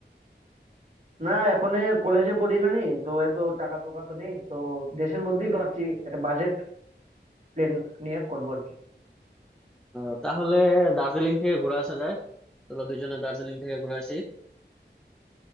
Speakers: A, on the right; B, in the centre.
A: না এখন কলেজে পড়ি না নি তো এত টাকা টোকা তো নেই তো দেশের মধ্যেই ভাবছি একটা বাজেট প্ল্যান নিয়ে করবো আর কি
B: আহ, তাহলে দার্জিলিং থেকে ঘুরে আসা যায় চলো দুজনে দার্জিলিং থেকে ঘুরে আসি